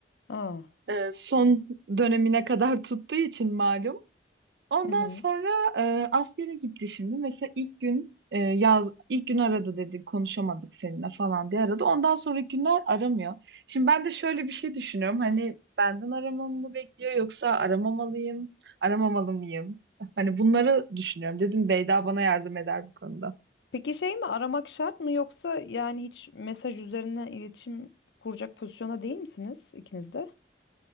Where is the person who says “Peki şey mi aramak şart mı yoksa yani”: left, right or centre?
Left